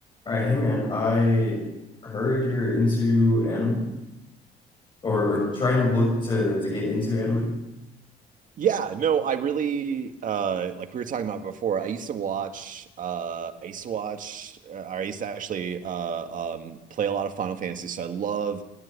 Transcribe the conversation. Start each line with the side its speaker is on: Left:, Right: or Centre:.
Left: All right, hey man, I heard you're into anime or, or trying to look to to get into anime.
Right: Yeah, no, I really uh like we were talking about before. I used to watch uh I used to watch uh, I used to actually uh um play a lot of Final Fantasy. So I love